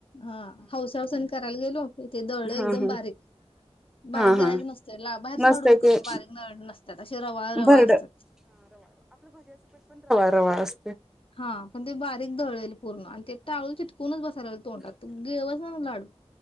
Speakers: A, on the left; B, in the centre.
A: हा हाऊस हऊस ने करायला गेलो इथे दळ एकदम
B: हा हा
A: बारीक बारीक
B: हा
A: दळायचं
B: हा
A: नसते, ला बाहेरचे
B: नसतय
A: लाडू बघ
B: ते
A: कसे बारीक नळ नसतात, असे रवाळ रवाळ
B: भरड
A: असतात.
B: रवाळ अस
A: हा पण ते बारीक दळेल पूर्ण आणि ते टाळूला, चिटकूनच बसायला तोंडात गिळवना लाडू